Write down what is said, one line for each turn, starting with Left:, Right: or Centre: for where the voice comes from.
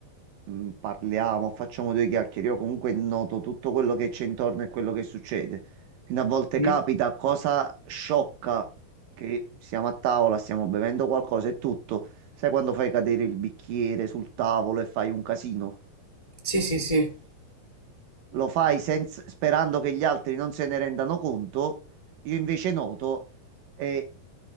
Right: mh, parliamo, facciamo due chiacchiere, io comunque noto tutto quello che c'è intorno e quello che succede. Quindi a volte
Left: Mm.
Right: capita cosa sciocca che siamo a tavola, stiamo bevendo qualcosa e tutto. Sai quando fai cadere il bicchiere sul tavolo e fai un casino?
Left: Sì, sì, sì.
Right: lo fai senz- sperando che gli altri non se ne rendano conto, io invece noto e